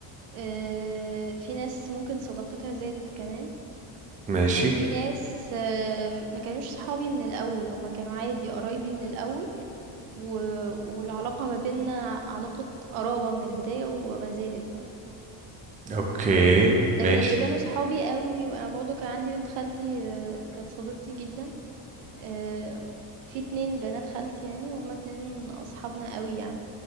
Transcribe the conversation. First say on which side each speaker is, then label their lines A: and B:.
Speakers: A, on the right; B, on the right.
A: آآ في ناس ممكن صداقتها زادت كمان،
B: ماشي
A: في ناس أه ما كانوش صحابي من الأول، هم كانوا عادي قرايبي من الأول، و والعلاقة ما بيننا علاقة قرابة من البداية وما زالت يعني.
B: اوكي
A: لكن
B: ماشي
A: اللي كانوا صحابي أوي وأنا برضه كان عندي بنت خالتي آه، كانت صديقتي جدًا، آآ في 2 بنات خالتي يعني، وهُم 2 أصحابنا أوي يعني،